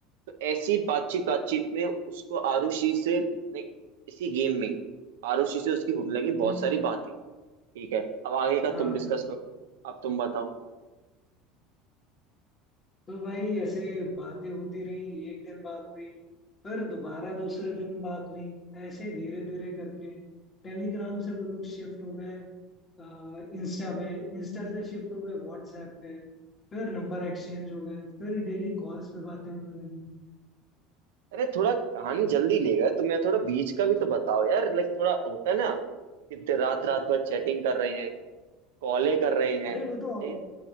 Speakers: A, on the right; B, on the left.
A: तो ऐसी बातचीत बातचीत में उसको आरुषि से like, इसी गेम में आरुषि से उसकी होने लगी
B: हम्म,
A: बहुत सारी बातें ठीक है अब आगे का
B: हाँ
A: तुम
B: भाई
A: डिस्कस करो अब तुम बताओ
B: तो भाई ऐसे बातें होती रही एक दिन बात हुई फिर दोबारा दूसरे दिन बात हुई ऐसे धीरे धीरे करके टेलीग्राम से वो लोग शिफ्ट हो गए इंस्टा पे इंस्टा से शिफ्ट हो गए व्हाट्सएप पे फिर नंबर एक्सचेंज हो गए फिर डेली कॉल्स पे बातें होने लगी
A: अरे थोड़ा कहानी जल्दी लेगा तो मैं थोड़ा बीच का भी तो बताओ यार लाइक थोड़ा होता है ना कि दे- रात रात भर चैटिंग कर रहे हैं कॉले कर रहे हैं
B: अरे वो तो
A: ए-